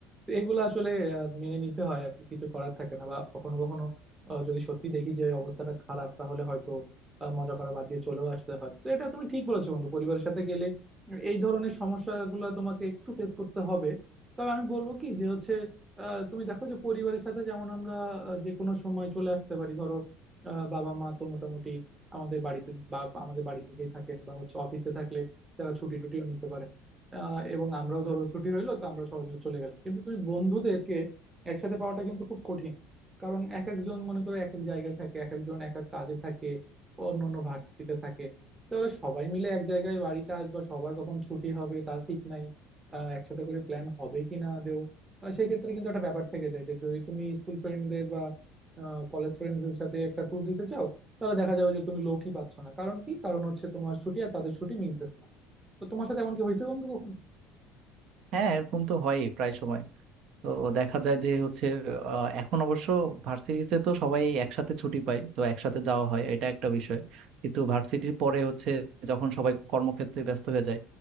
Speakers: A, on the right (about 15°); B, on the right (about 55°).
A: তো এগুলো আসলে আহ, মেনে নিতে হয় আর কি কিছু করার থাকে না বা কখনো কখনো আহ, যদি সত্যি দেখি যে অবস্থাটা খারাপ তাহলে হয়তো আহ, মজা করা বাদ দিয়ে চলেও আসতে হয় তো এটা তুমি ঠিক বলেছো বন্ধু পরিবারের সাথে গেলে এই ধরনের সমস্যাগুলো তোমাকে একটু ফেস করতে হবে তবে আমি বলবো কি যে হচ্ছে আহ, তুমি দেখো যে পরিবারের সাথে যেমন আমরা আহ, যে কোনো সময় চলে আসতে পারি ধরো আহ, বাবা মা তো মোটামুটি আমাদের বাড়িতে বা আমাদের বাড়ির দিকেই থাকেন বা হচ্ছে অফিসে থাকলে তারা ছুটি টুটিও নিতে পারেন আহ, এবং আমরাও ধরো ছুটি হইলো তো আমরা সবাই মিলে চলে গেলাম কিন্তু তুমি বন্ধুদেরকে একসাথে পাওয়াটা কিন্তু খুব কঠিন কারণ এক একজন মনে করো এক এক জায়গায় থাকে এক একজন এক এক কাজে থাকে অন্য অন্য ভার্সিটিতে থাকে তাহলে সবাই মিলে এক জায়গায় বাড়িতে আসবা সবার কখন ছুটি হবে তার ঠিক নাই আহ, একসাথে করে প্ল্যান হবে কি না আদেও আহ, সেই ক্ষেত্রে কিন্তু একটা ব্যাপার থেকে যায় যে যদি তুমি স্কুল ফ্রেন্ডদের বা কলেজ ফ্রেন্ডসদের সাথে একটা ট্যুর দিতে চাও তাহলে দেখা যাবে যে তুমি লোকই পাচ্ছ না কারণ কি কারণ হচ্ছে তোমার ছুটি আর তাদের ছুটি মিলতেছে না তো তোমার সাথে এমন কি হয়েছে বন্ধু কখনো
B: হ্যাঁ এরকম তো হয় প্রায় সময় তো দেখা যায় যে হচ্ছে আহ, এখন অবশ্য ভার্সিটিতে তো সবাই একসাথে ছুটি পায় তো একসাথে যাওয়া হয় এটা একটা বিষয় কিন্তু ভার্সিটির পরে হচ্ছে যখন সবাই কর্মক্ষেত্রে ব্যস্ত হয়ে যায়